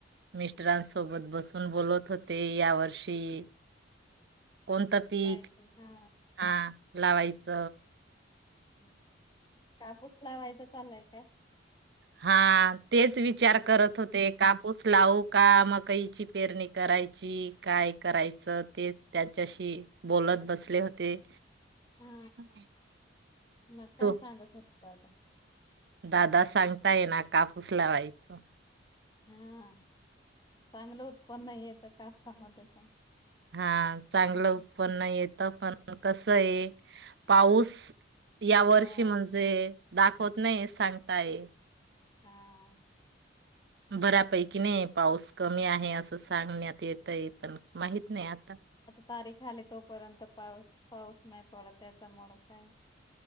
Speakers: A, on the right; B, on the left.
A: मिस्टरांसोबत बसून बोलत होते या वर्षी, कोणता पीक
B: काय हा
A: हा लावाई स
B: हम् कापूस लावायचा चाललाय काय,
A: हा तेच विचार करत होते कापूस लाव का मकईची पेरणी करायची काय करायचं ते त्यांच्याशी बोलत बसले होते.
B: हा
A: हम्म.
B: मग काय
A: तो
B: सांगत होते. ता
A: दादा सांगताय ना कापूस लावायचं.
B: हा चांगलं उत्पन्न येत कापसा मध्ये पण
A: हा चांगलं उत्पन्न येत. आता पण कस आहे, पाऊस या वर्षी
B: हा
A: म्हणजे दाखवत नाही सांगताय
B: हा
A: बऱपैकी नाही पाऊस कमी आहे असं सांगण्यात येतय पण माहित नाही आता,
B: तारीखाली तोपर्यंत पाऊस पाऊस नाही पडत त्याचा मळ काय